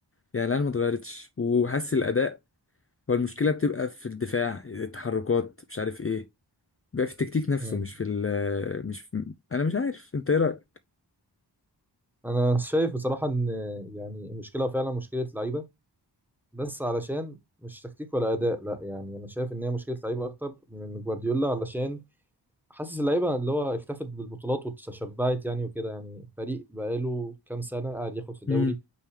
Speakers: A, on the left (about 30°); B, in the centre.
A: يعني العيال ما اتغيرتش وحاسس الاداء هو المشكله بتبقى في الدفاع التحركات مش عارف ايه بقى في التكتيك نفسه
B: مم.
A: مش في ال مش في انا مش عارف انت ايه رايك
B: انا شايف بصراحة ان يعني المشكلة فعلا مشكلة لعيبة بس علشان مش تكتيك ولا اداء لا يعني انا شايف ان هي مشكلة لعيبة اكتر من جوارديولا علشان حاسس اللعيبه اللي هو اكتفت بالبطولات وتشبعت يعني وكده يعني فريق بقاله كام سنه قاعد ياخد في دوري
A: امم